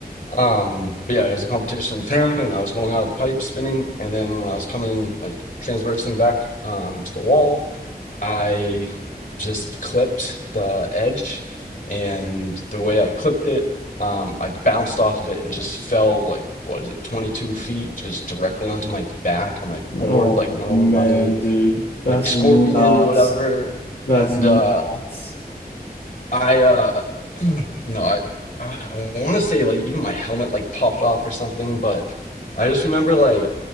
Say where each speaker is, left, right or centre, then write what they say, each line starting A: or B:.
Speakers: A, on the left; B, on the left.
A: Um, but yeah, it was a competition with him, and I was going out of the pipe spinning, and then when I was coming like transversing back um to the wall, I just clipped the edge, and the way I clipped it, um, I bounced off of it and just fell like what is it, 22 feet, just directly onto my back, and my board
B: Oh
A: like went
B: man,
A: over my
B: dude, that's
A: like scorpion
B: nuts.
A: or whatever,
B: That's
A: and
B: nuts.
A: uh. I uh, you know, I I, I want to say like even my helmet like popped off or something, but I just remember like